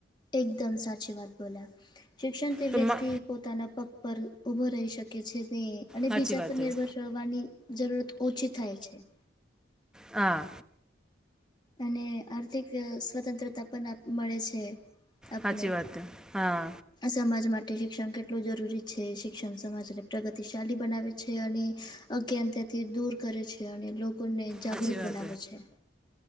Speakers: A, on the left; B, in the centre.
A: એકદમ સાચી વાત બોલ્યા શિક્ષણથી
B: તો
A: વ્યક્તિ...
B: મા
A: પોતાના પગ પર ઊભો રહી શકે છે તે... અને
B: સાચી
A: બીજા
B: વાત
A: પર
B: છે
A: નિર્ભર રહેવાની જરૂરત ઓછી થાય છે.
B: હા.
A: અને આર્થિક... સ્વતંત્રતા પણ મળે છે. આપણે....
B: સાચી વાત છે હા
A: સમાજ માટે શિક્ષણ કેટલું જરૂરી છે શિક્ષણ સમાજને પ્રગતિશાલી બનાવે છે. અને... અજ્ઞાનતા્યાથી દૂર કરે છે અને લોકોને જાગૃત
B: સાચી વાત
A: બનાવે છે.